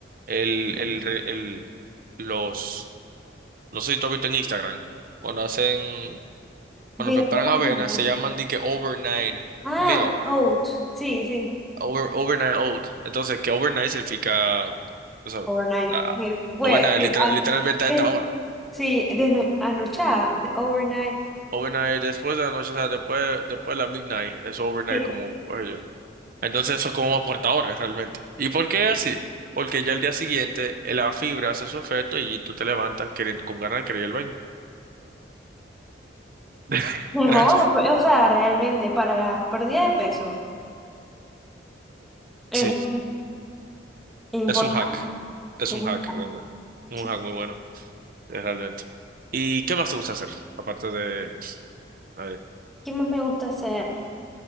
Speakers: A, on the right; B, in the centre.
A: El, el, el, los, no sé si tú has visto en Instagram, cuando hacen, cuando
B: Video
A: preparan
B: de
A: avena,
B: comida.
A: se llaman di que overnight
B: Ah,
A: meal,
B: oats, sí, sí.
A: over, overnight oat. Entonces, que overnight significa, tú sabes,
B: Overnight.
A: la-
B: Eh, Pues,
A: overnight,
B: de-
A: literal-
B: a-
A: literalmente a
B: de-
A: esta hora.
B: Sí, de anochada, de overnight.
A: Overnight, después de la noche, o sea, después, después de la midnight, es overnight
B: Sí.
A: como, pues yo. Entonces, eso es como va por esta hora, realmente. ¿Y por qué así? Porque ya el día siguiente, eh, la fibra hace su efecto y tú te levantas queren- con ganas de querer ir al baño. <laughs>
B: Mejor,
A: Realmente.
B: pe- o sea, realmente para la pérdida de peso es
A: Sí.
B: un- es importante.
A: Es un hack. Es
B: es
A: un
B: un-
A: hack realmente. Un
B: sí.
A: hack muy bueno, eh, realmente. ¿Y qué más te gusta hacer? Aparte de... A ver.
B: ¿Qué más me gusta hacer?